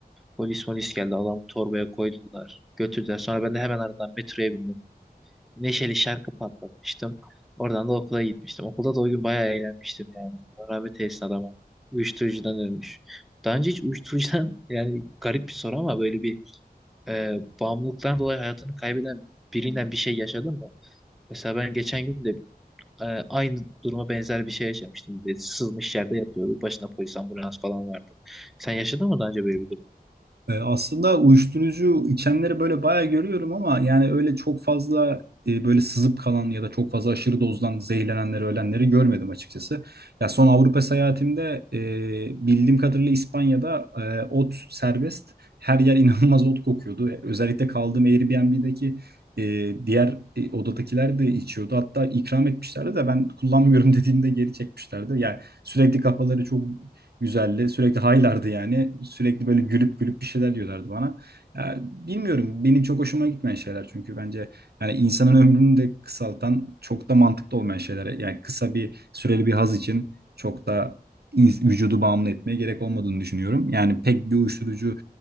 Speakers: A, in the centre; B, on the right.
A: Polis polis geldi adam torbaya koydular. Götürdüler. Sonra ben de hemen aradan metroya bindim neşeli şarkı patlatmıştım. Oradan da okula gitmiştim. Okulda da o gün bayağı eğlenmiştim yani. Allah rahmet eylesin adama. Uyuşturucudan ölmüş. Daha önce hiç uyuşturucudan <laughs> yani garip bir soru ama böyle bir e, bağımlılıktan dolayı hayatını kaybeden birinden bir şey yaşadın mı? Mesela ben geçen gün de e, aynı duruma benzer bir şey yaşamıştım. Böyle sızmış yerde yatıyordu. Başına polis ambulans falan vardı. Sen yaşadın mı daha önce böyle bir durum?
B: E, Aslında uyuşturucu içenleri böyle bayağı görüyorum ama yani öyle çok fazla e, böyle sızıp kalan ya da çok fazla aşırı dozdan zehirlenenleri, ölenleri görmedim açıkçası. Ya son Avrupa seyahatimde e, bildiğim kadarıyla İspanya'da e, ot serbest. Her yer <laughs> inanılmaz ot kokuyordu. Özellikle kaldığım Airbnb'deki e, diğer e, odadakiler de içiyordu. Hatta ikram etmişlerdi de ben kullanmıyorum <laughs> dediğimde geri çekmişlerdi. Yani sürekli kafaları çok güzeldi. Sürekli haylardı yani. Sürekli böyle gülüp gülüp bir şeyler diyorlardı bana. Ya, bilmiyorum benim çok hoşuma gitmeyen şeyler çünkü bence yani insanın ömrünü de kısaltan çok da mantıklı olmayan şeyler. Yani kısa bir süreli bir haz için çok da ins- vücudu bağımlı etmeye gerek olmadığını düşünüyorum. Yani pek bir uyuşturucu